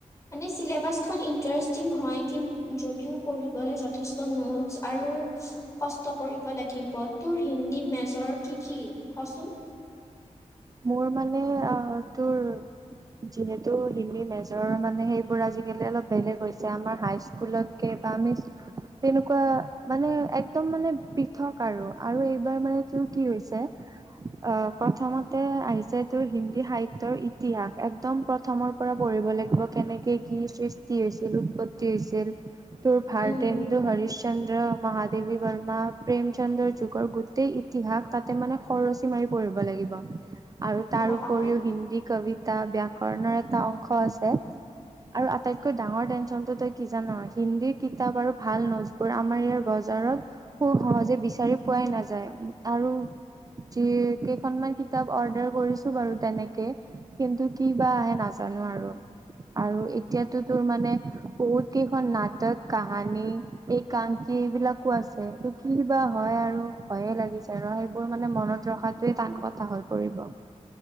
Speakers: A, on the left; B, on the right.
A: মানে চিলেবাচখন ইন্টাৰেষ্টিং হয় কিন যদিও পঢ়িবলৈ যথেষ্ট নোটছ আৰু কষ্ট কৰিব লাগিব তোৰ হিন্দী মেজৰ কি কি কচোন?
B: মোৰ মানে অ তোৰ যিহেতু হিন্দী মেজৰ মানে সেইবোৰ আজিকালি অলপ বেলেগ হৈছে আমাৰ হাইস্কুলতকে আমি তেনেকুৱা মানে একদম মানে পৃথক আৰু আৰু এইবাৰ মানেটোৰ কি হৈছে অ প্ৰথমত আহিছে তোৰ হিন্দী সাহিত্যয়ৰ ইতিহাস একদম প্ৰথমৰ পৰা পঢ়িব লাগিব কেনেকে কি কি সৃষ্টি হৈছিল উৎপত্তি হৈছিল তোৰ ভাৰ
A: উম
B: তেন্দু হৰি ন্দ্ৰ মহাদেৱী বৰ্মা প্ৰেম চন্দ্ৰৰ যুগৰ গোটেই ইতিহাস তাতে মানে খৰচী মাৰি পঢ়িব লাগিব আৰু তাৰ
A: অ
B: উপৰিও
A: অ
B: হিন্দী কবিতা ব‍্যা কৰনৰ এটা অংশ আছে আৰু আটাইতকৈ ডাঙৰ টেনচনটো তই কি জান হিন্দীৰ কিতাপ আৰু ভাল নোটচ বোৰ আমাৰ ইয়াৰ বজ বজাৰত স সহজে বিচাৰি পোৱাই নাযায় আৰু যে কেইখন মান কি? কিতাপ অৰ্ডাৰ কৰিছো বাৰু তেনেকে কিন্তু কি বা আহে নাজানো আৰু আৰু এতিয়াতো তোৰ মানে বহুত কেইখন নাটক কাহানী এইং এইবিলাকো আছে ত কি বা হয় আৰু ভয়ে লাগিছে ৰ সেইবোৰ মানে মনত ৰখাটোৱে টান কথা হৈ পৰিব